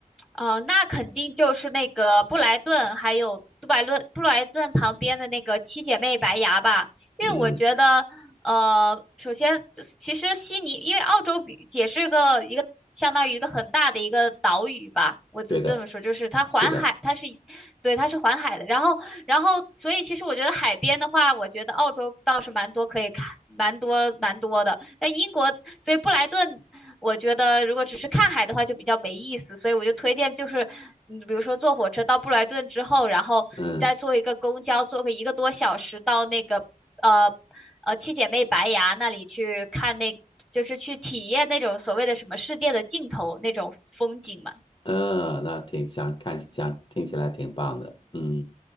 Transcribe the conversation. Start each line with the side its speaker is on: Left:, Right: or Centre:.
Centre: 哦，那肯定就是那个布莱顿，还有杜白论布莱顿旁边的那个七姐妹白牙吧，因为我觉得，
Left: 嗯，
Centre: 呃，首先其实悉尼，因为澳洲比也是个一个相当于一个很大的一个岛屿吧，我只能这么说，
Left: 对的，
Centre: 就是它环海，
Left: 是的，
Centre: 它是，对，它是环海的，然后，然后，所以其实我觉得海边的话，我觉得澳洲倒是蛮多可以看，蛮多蛮多的，那英国，所以布莱顿。我觉得如果只是看海的话就比较没意思，所以我就推荐就是，你比如说坐火车到布莱顿之后，然后你再坐一个公交，
Left: 嗯。
Centre: 坐个一个多小时到那个呃呃七姐妹白崖那里去看那，就是去体验那种所谓的什么世界的尽头那种风景嘛。
Left: 嗯，那挺想看，想听起来挺棒的。嗯，